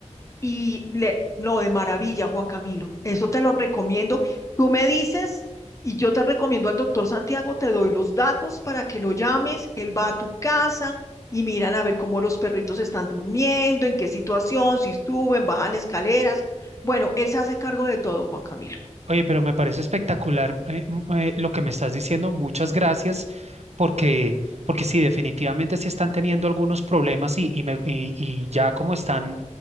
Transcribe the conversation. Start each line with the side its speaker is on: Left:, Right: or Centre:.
Left: y le, no, de maravilla, Juan Camilo. Eso te lo recomiendo. Tú me dices y yo te recomiendo al doctor Santiago, te doy los datos para que lo llames, él va a tu casa y miran a ver cómo los perritos están durmiendo, en qué situación, si suben, bajan escaleras. Bueno, él se hace cargo de todo, Juan Camilo.
Right: Oye, pero me parece espectacular eh, m- eh, lo que me estás diciendo. Muchas gracias, porque, porque sí, definitivamente sí están teniendo algunos problemas y, y, me- y- y ya como están